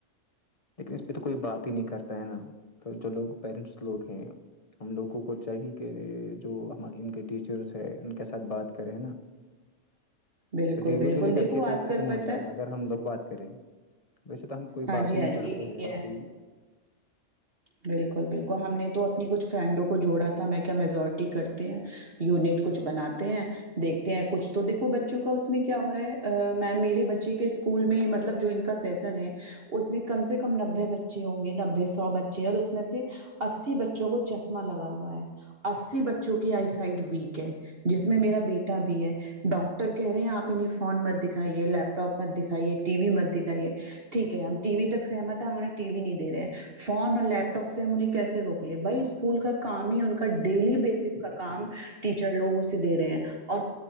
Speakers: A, on the left; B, on the right.
A: لیکن اس پہ تو کوئی بات ہی نہیں کرتا ہے نا تو جو لوگ پیرنٹس لوگ ہیں ہم لوگوں کو چاہیے کہ جو ہم ان کے ٹیچرس ہیں ان کے ساتھ بات کریں نا
B: بالکل
A: تو دھیرے
B: بالکل
A: دھیرے کر
B: دیکھو
A: کے تو
B: آج
A: ختم
B: کل پتہ
A: ہو جائے
B: ہے
A: گا اگر ہم لوگ بات کریں ویسے تو ہم کوئی
B: ہاں
A: بات
B: جی
A: ہی
B: ہاں
A: نہیں
B: جی
A: کرتے ہیں
B: یہ
A: ایسی
B: بالکل بالکل ہم نے تو اپنی کچھ فرینڈوں کو جوڑا تھا میں کیا میزورٹی کرتے ہیں یونٹ کچھ
A: بالکل
B: بناتے ہیں دیکھتے ہیں کچھ تو دیکو بچوں کا اس میں کیا ہو رہا ہے میم میرے بچے کے اسکول میں مطلب جو ان کا سیشن ہے اس میں کم سے کم نببے بچے ہوں گے نببے سو بے اور اس میں سے اسی بچوں کو چشما لگا ہوا ہے اسی بچوں
A: صحیح،
B: کی آئی سائڈ ویک ہے جس میں میرا بیٹا بھی ہے ڈاکٹر کہہ رہے ہیں آپ انہیں فون مت دکھائیے لیپٹاپ مت دکھائیے ٹی وی مت دکھائیے ٹھیک ہے ہم ٹی وی تک سہمت ہے ہمہیں ٹی وی نہیں دے رہے فون اور لیپٹاپ سے ہم انہیں کیسے روک لے بھائی اسکول کا کام ہی ان کا ڈیلی بیس اس کا
A: بالکل
B: کام ٹیچر لوگ اسے دے رہے ہیں اور